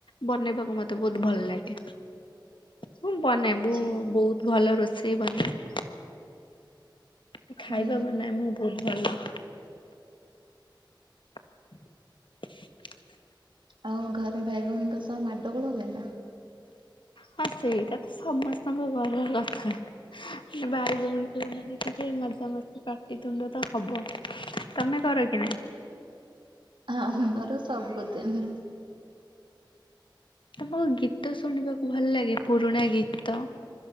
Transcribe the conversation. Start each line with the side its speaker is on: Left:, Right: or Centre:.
Left: ବନେଇବାକୁ ମତେ ବହୁତ ଭଲ ଲାଗେ, ମୁଁ ବନାଏ,
Right: ଆଚ୍ଛା
Left: ବହୁ- ବହୁତ ଭଲ ରୋଷେ ସେଇ ବନାଏ। ଉଁ ଖାଇବା
Right: ହୁଁ
Left: ବନାଏ ମୁଁ ବୋହୁ ଭଲ। <inaudible>
Right: ଆଉ ଘରେ ଭାଇ ଭଉଣୀଙ୍କ ସହ ମାଡଗୋଳ ହୁଏ ନା।
Left: ହଁ ସେଇଟା ତ ସମସ୍ତଙ୍କ ଘରର କଥା କି ବାଇ ଭଉଣୀ ରହିଲା ମାନେ ଟିକିଏ ମଜାମସ୍ତି ପାଟିିତୁଣ୍ଡ ତ ହବ ତମେ କର କି ନାଇଁ?
Right: ହଁ ହଁ ଆମର ସବୁଦିନ।
Left: ଆପଣଙ୍କୁ ଗୀତ ଶୁଣିବାକୁ ଭଲ ଲାଗେ ପୁରୁଣା ଗୀତ।